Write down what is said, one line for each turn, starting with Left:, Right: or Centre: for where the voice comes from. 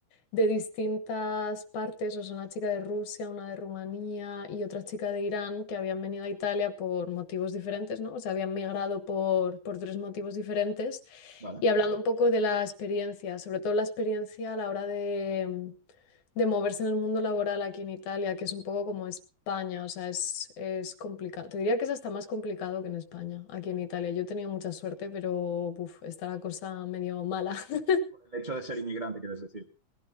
Left: de distintas partes, o sea, una chica de Rusia, una de Rumanía y otra chica de Irán que habían venido a Italia por motivos diferentes, ¿no? O sea, habían migrado por, por tres motivos diferentes
Right: vale.
Left: y hablando un poco de la experiencia, sobre todo la experiencia a la hora de, de moverse en el mundo laboral aquí en Italia, que es un poco como España, o sea, es, es complicado. Te diría que es hasta más complicado que en España, aquí en Italia. Yo he tenido mucha suerte, pero uf, está la cosa medio mala. <laughs>
Right: Por el hecho de ser inmigrante, quieres decir.